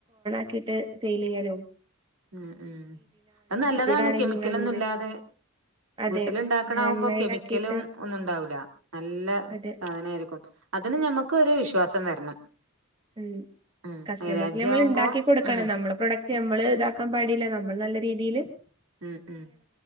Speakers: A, on the right (about 20°); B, on the right (about 70°).
A: ക്കിട്ട് സെയിലെയ്യാലൊ.
B: ഉം ഉം അത് നല്ലതാണ്
A: ആണെങ്കിൽ
B: കെമിക്കലൊന്നും
A: അങ്ങനെ
B: ഇല്ലാതെ
A: അതെ
B: വീട്ടിലുണ്ടാ അങ്ങനാകുമ്പം
A: ഹാൻഡ് മെയ്ഡ്
B: കെമിക്കലും
A: ആക്കിയിട്ട്
B: ഒന്നും ഉണ്ടാവില്ല നല്ല
A: അതെ
B: സാധനം ആയിരിക്കും അത് അതിന് ഞമ്മക്ക് ഒരു വിശ്വാസം വരണം-
A: ഉം
B: ഉം
A: കസ്റ്റമേഴ്സ്
B: മൈലാഞ്ചി
A: നമ്മൾഉണ്ടാക്കി
B: ആവുമ്പോ
A: കൊടുക്കണം
B: ഉം
A: നമ്മളെ പ്രൊഡക്ട്- ട് നമ്മള് ഇതാക്കാൻ പാടില്ല നമ്മൾ നല്ല രീതിയിയില്-
B: ഉം ഉം